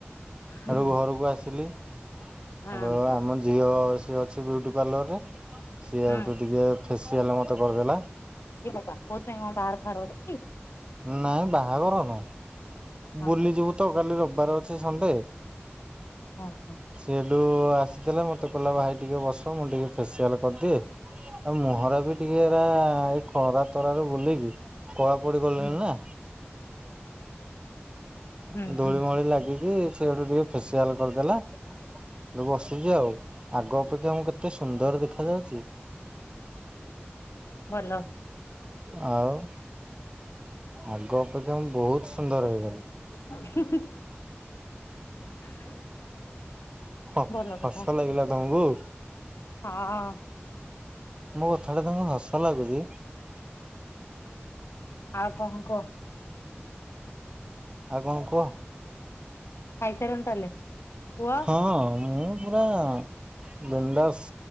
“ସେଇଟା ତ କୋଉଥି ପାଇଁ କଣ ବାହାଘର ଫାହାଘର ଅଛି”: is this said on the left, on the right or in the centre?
Left